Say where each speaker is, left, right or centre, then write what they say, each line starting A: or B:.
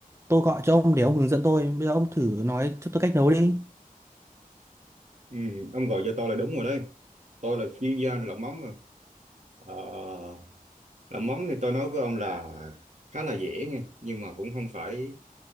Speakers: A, on the right (about 20°); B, on the right (about 55°).
A: tôi gọi cho ông để ông hướng dẫn tôi. Bây giờ ông thử nói cho tôi cách nấu đi.
B: Ừ, ông gọi cho tôi là đúng rồi đấy. Tôi là chuyên gia làm mắm mà. Ờ, làm mắm thì tôi nói với ông là khá là dễ nghe, nhưng mà cũng không phải